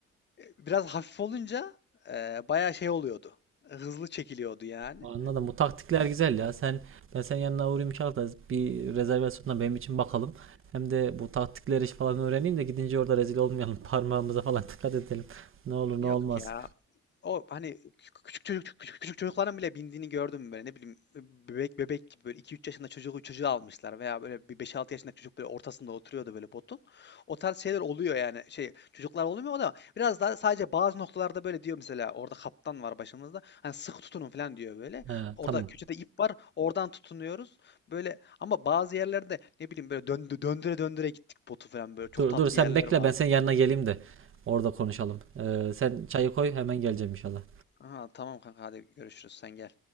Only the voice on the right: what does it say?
anladım. Bu taktikler güzel ya. Sen ben sen yanına uğrayayım inşallah bir rezervasyonla benim için bakalım. Hem de bu taktikleri iş falan öğreneyim de gidince orada rezil olmayalım. <laughs> Parmağımıza falan dikkat edelim. Ne olur ne
olmaz.
He,
tamam.
Dur
dur sen
bekle
ben senin yanına geleyim de orada konuşalım. Ee, sen çayı koy hemen geleceğim inşallah.